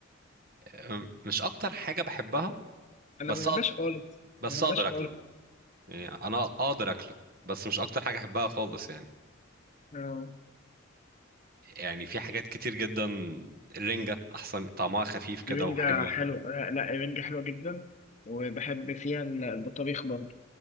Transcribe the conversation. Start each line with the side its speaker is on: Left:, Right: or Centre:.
Right: أم- مش اكتر حاجه بحبها
Left: أنا
Right: بس
Left: ما بحبهاش
Right: أقدر
Left: خالص
Right: بس
Left: ما بحبهاش
Right: اقدر
Left: خالص
Right: اكله يعني انا اقدر اكله بس مش اكتر حاجه احبها خالص يعني
Left: آه،
Right: يعني في حاجات كتير جدا الرنجه احسن طعمها خفيف كده
Left: الرنجة
Right: وحلوه
Left: حلوة آه، لا الرنجة حلوة جدا وبحب فيها ال- البطاريخ برضه